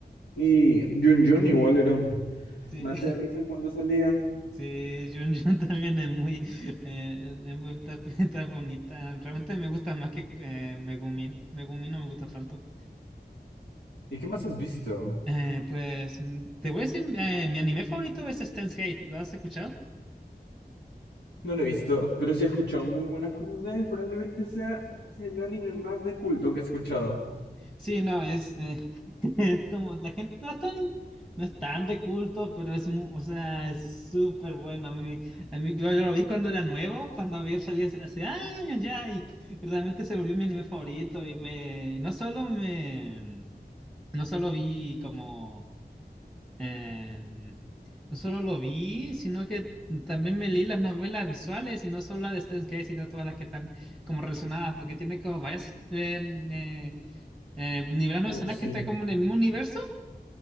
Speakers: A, on the left (about 85°); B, in the centre.
A: Y Jun Jun igual era un
B: sí,
A: mate de risa cuando salía.
B: <laughs> sí, Jun Jun también es muy, eh, es muy está, está bonita. Realmente me gusta más que eh, Megumin. Megumin no me gusta tanto.
A: ¿Y qué más has visto?
B: Eh, pues mm, te voy a decir, eh, mi anime favorito es Steins Gate. ¿Lo has escuchado?
A: No lo he visto, <laughs> pero sí he escuchado muy buenas cosas de él. Probablemente sea el anime más de culto que he escuchado.
B: Sí, no, es, eh, <laughs> es como la gente no es tan, no es tan de culto, pero es muy, o sea, es súper bueno. A mí, a mí yo, yo lo vi cuando era nuevo, cuando había salido hace, hace años ya, y, y realmente se volvió mi anime favorito. Y me, no solo me, no solo vi como, em, no solo lo vi, sino que también me leí las novelas visuales, y no solo la de Steins Gate, sino todas las que están como relacionadas, porque tiene como varias. eh, eh, nivelaron a
A: Oh,
B: Salas
A: sí,
B: que está como en el mismo universo.